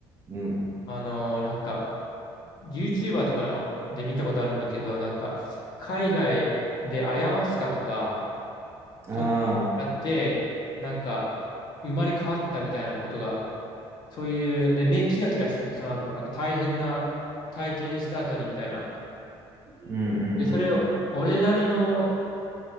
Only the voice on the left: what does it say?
あのーなんか、YouTuber とかので見たことあるんだけど、なんか、海外でアヤワスカとか、
と、やって、なんか、生まれ変わったみたいなことが、そういう、で、目キラキラしてるんだ、その後。なんか大変な体験した後にみたいな。
で、それを、俺なりの、